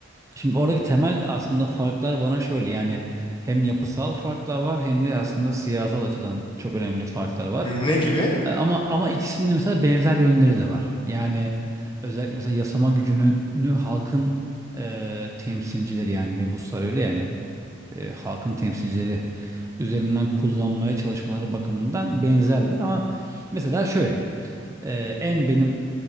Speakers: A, on the right; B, on the left.
A: Şimdi oradaki temel aslında farklar bana şöyle yani hem yapısal farklar var hem de aslında siyasal açıdan çok önemli farklar var.
B: Hmm, Ne gibi?
A: E, Ama ama ikisinin de mesela benzer yönleri de var. Yani özellikle mesela yasama gücünü halkın e, temsilcileri yani mebuslar öyle yani e, halkın temsilcileri üzerinden kullanmaya çalışmaları bakımından benzerler ama mesela şöyle e, en benim